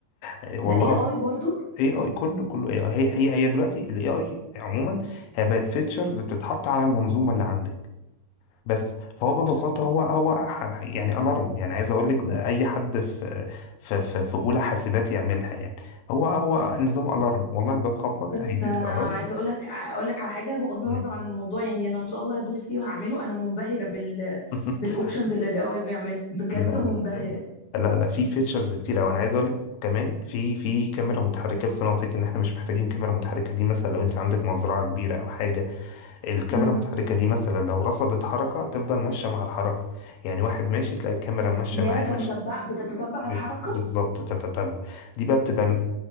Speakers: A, on the left (about 85°); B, on the left (about 50°).
A: إيه والله
B: ده اي اي برضو
A: اي اي كله كله اي اي هي هي هي دلوقتي الاي اي عموما هي بقت فيتشرز بتتحط على المنظومه اللي عندك بس فهو ببساطة هو هو ح- يعني ألارم يعني عايز أقول لك ده أي حد في في في, في أولى حاسبات يعملها يعني هو هو نظام ألارم والله الباب خبط
B: بس
A: هيديك
B: آه،
A: ألارم
B: عايزه اقول لك اقول لك على حاجه بغض
A: مم.
B: النظر عن الموضوع يعني انا ان شاء الله هدوس فيه وهعمله انا منبهره بال
A: <laughs>
B: بالاوبشنز اللي الاي اي بيعملها بجد
A: لا
B: منبهره
A: لا لا لا في فيتشرز كتير أوي أنا عايز أقول لك كمان في في كاميرا متحركة بس أنا قلت لك إن إحنا مش محتاجين كاميرا متحركة دي مثلا لو أنت عندك مزرعة كبيرة أو حاجة الكاميرا
B: امم
A: المتحركة دي مثلا لو رصدت حركة تفضل ماشية مع الحركة يعني واحد ماشي تلاقي الكاميرا ماشية
B: يا
A: معاه
B: تتتبع
A: ماشية
B: بتتتبع
A: بت-
B: الحركه
A: بالظبط تتتبع دي بقى بتبقى م-